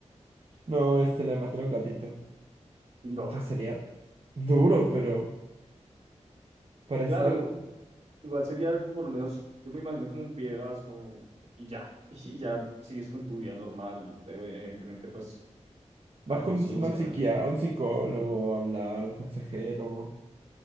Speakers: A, on the right; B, on the right.
A: No, este, le mataron un gatito.
B: No,
A: O sea, sería duro, pero para
B: claro,
A: estar,
B: igu- Igual sería por lo menos, yo me imagino como un piedrazo y ya, <laughs> y ya sigues con tu vida normal, ev- evidentemente pues
A: vas
B: la conciencia,
A: con una psiquia,
B: ¿no?
A: un psicólogo a hablar, un consejero.